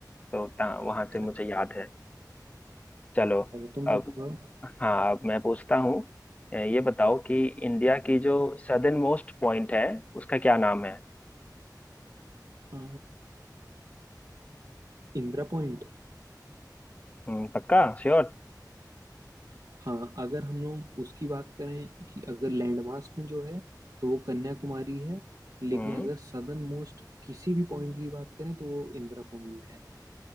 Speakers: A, on the left; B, on the right.
A: तो ता- वहाँ से मुझे
B: अच्छा,
A: याद है चलो
B: चलो तुम पूछो
A: अब हाँ अब मैं पूछता हूँ अ, ये बताओ कि इंडिया की जो सदर्न मोस्ट पॉइंट है उसका क्या नाम है
B: अ, इंदिरा पॉइंट
A: हम्म, पक्का श्योर
B: हाँ अगर हम लोग उसकी बात करें कि अगर लैंडमास में जो है तो वो कन्याकुमारी है लेकिन
A: हम्म
B: अगर सदर्न मोस्ट किसी भी पॉइंट की बात करें तो वो इंदिरा पॉइंट है